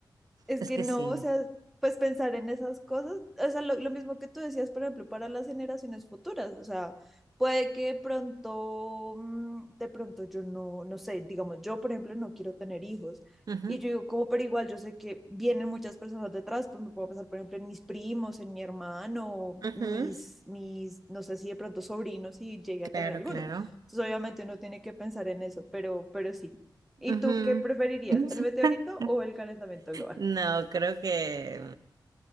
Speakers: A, in the centre; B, on the right.
A: Es
B: Es
A: que
B: que
A: no,
B: sí.
A: o sea, pues pensar en esas cosas, o sea, lo, lo mismo que tú decías, por ejemplo, para las generaciones futuras, o sea, puede que de pronto, mm, de pronto yo no, no sé, digamos, yo, por ejemplo, no quiero tener hijos.
B: Ujú,
A: Y yo digo, como, pero igual yo sé que vienen muchas personas detrás, pues me puedo pensar, por ejemplo, en mis primos, en mi hermano,
B: ujú.
A: mis, mis, no sé si de pronto sobrinos, si llegué
B: Claro,
A: a tener alguno.
B: claro.
A: Entonces, obviamente uno tiene que pensar en eso, pero, pero sí. ¿Y
B: Ujú.
A: tú qué preferirías,
B: <laughs>
A: el meteorito o el calentamiento global?
B: No, creo que